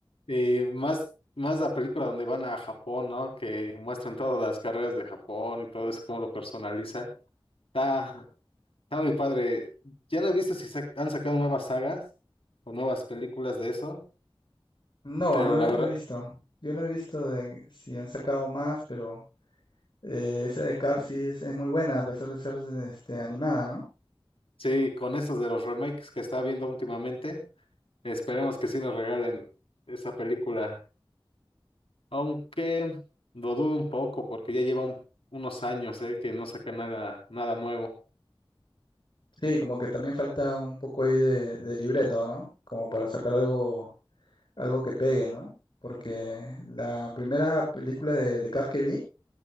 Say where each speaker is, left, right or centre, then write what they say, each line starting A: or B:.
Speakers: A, on the left; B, on the left.
A: y más, más la película donde van a Japón, ¿no? Que muestran todas las carreras de Japón y todo eso, cómo lo personalizan. Está, Está muy padre. Ya no he visto si sac- han sacado nuevas sagas o nuevas películas de eso,
B: No,
A: pero
B: no,
A: la
B: he
A: verdad,
B: no he visto. Yo no he visto de si han sacado más, pero eh, esa de Cars sí es, es muy buena, a pesar de ser este, animada, ¿no?
A: <laughs> sí, con estos de los remakes que está viendo últimamente, esperemos que sí nos regalen esa película. Aunque lo dudo un poco porque ya lleva un- unos años, eh, que no saca nada, nada nuevo.
B: Sí, como que también falta un poco ahí de, de libreto, ¿no? Como para sacar algo, algo que pegue, ¿no? Porque la primera película de, de Cars que vi